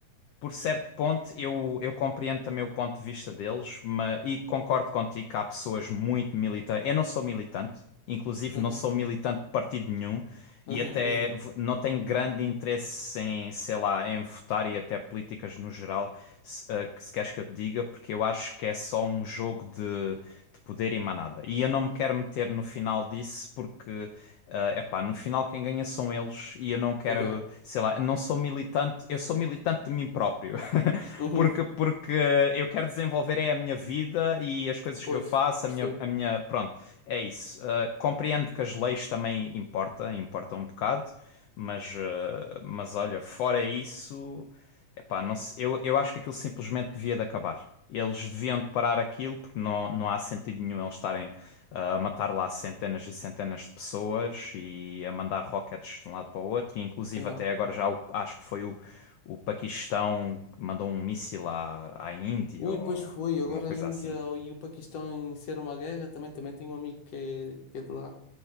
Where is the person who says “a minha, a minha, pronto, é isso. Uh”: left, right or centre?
Left